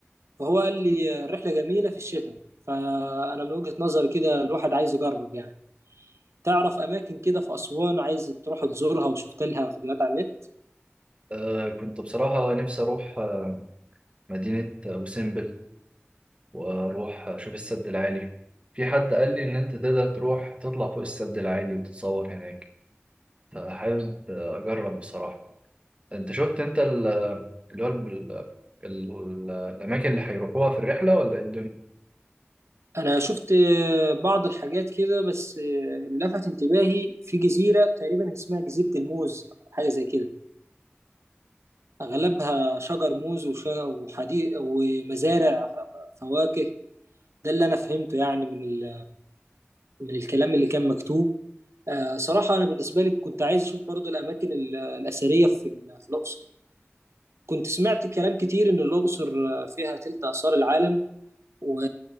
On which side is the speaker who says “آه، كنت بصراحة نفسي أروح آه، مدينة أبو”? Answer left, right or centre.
Right